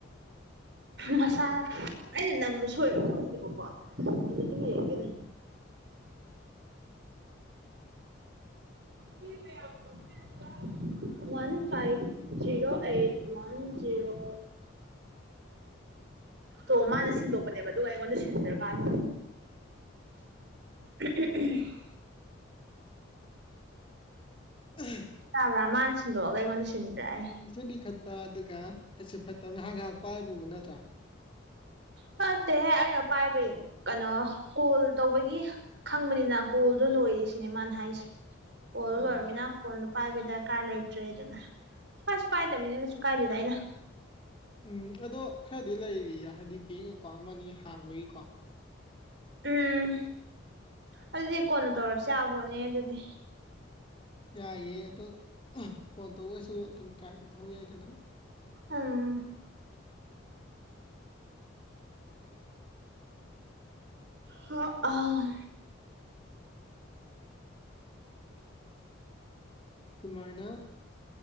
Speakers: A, on the right (about 55°); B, on the left (about 25°).
A: ꯃꯁꯥ ꯑꯩꯅ ꯅꯝꯕ ꯁꯣꯏꯔ ꯈꯪꯗꯦꯕꯀꯣ ꯑꯗꯨꯣ ꯑꯗꯨꯝ
B: ꯎꯝ
A: ꯌꯦꯡꯒꯦꯅꯦ <unintelligible> ꯋꯥꯟ ꯐꯥꯏꯚ ꯔꯣ ꯑꯩꯠ ꯋꯥꯟ ꯖꯤꯔꯣ ꯑꯣ ꯃꯥꯅ ꯁꯤꯟꯗꯣꯛꯄꯅꯦꯕ ꯑꯗꯨꯒ ꯑꯩꯉꯣꯟꯗ ꯁꯤꯟꯗ꯭ꯔ ꯀꯥꯏꯅ
B: <unintelligible>
A: <inaudible>
B: ꯎ
A: ꯇꯥꯕ꯭ꯔꯥ ꯃꯥꯅ ꯁꯤꯟꯗꯣꯛꯑꯒ ꯑꯩꯉꯣꯟꯗ ꯁꯤꯟꯕꯤꯔꯛꯑꯦ
B: ꯆꯨꯂꯤ ꯈꯠꯄ ꯑꯗꯨꯒ ꯐꯠꯁꯤ ꯐꯠꯇꯕ ꯉꯥꯏꯍꯥꯛ ꯉꯥꯏꯍꯥꯛ ꯄꯥꯏꯕꯕꯨ ꯅꯠꯇ꯭ꯔꯥ <inaudible>
A: ꯐꯠꯇꯦꯍꯦ ꯑꯩꯅ ꯄꯥꯏꯕ ꯌꯨꯝ ꯀꯩꯅꯣ ꯀꯣꯜ ꯇꯧꯕꯒꯤ ꯈꯪꯕꯅꯤꯅ ꯀꯣꯜꯗꯣ ꯂꯣꯏꯔꯦ ꯁꯤꯅꯦ ꯃꯥꯅ ꯍꯥꯏꯔꯤꯁꯦ ꯀꯣꯜꯗꯨ
B: ꯎꯝ
A: ꯂꯣꯏꯔꯝꯃꯤꯅ ꯐꯣꯟꯗꯨ ꯄꯥꯏꯕ ꯗꯔꯀꯥꯔ ꯂꯩꯇ꯭ꯔꯦꯗꯅ ꯐ ꯐꯥꯏꯗꯝꯕꯅꯤꯅ ꯀꯁꯨ ꯀꯥꯏꯗꯤꯗꯥꯏꯩꯅ
B: ꯎꯝ ꯑꯗꯣ ꯈꯔꯗꯤ ꯂꯩꯔꯤꯌꯦ ꯍꯥꯏꯗꯤ ꯕꯦꯡ ꯑꯦꯀꯥꯎꯟ ꯑꯃꯅꯤ ꯍꯥꯡꯕꯒꯤꯀꯣ
A: ꯎꯝ ꯑꯗꯨꯗꯤ ꯀꯣꯟꯅ ꯇꯧꯔꯁꯤ ꯌꯥꯕꯣꯠꯅꯦ ꯑꯗꯨꯗꯤ
B: ꯌꯥꯏꯌꯦ ꯑꯗꯣ ꯀꯣꯟ ꯇꯧꯔꯁꯨ ꯑꯗꯨꯝ ꯇ꯭ꯔꯥꯏꯗꯤ ꯇꯧ ꯌꯥꯏꯗꯅ
A: ꯑꯝ ꯍ ꯑꯥ
B: ꯇꯨꯃꯥꯏꯅ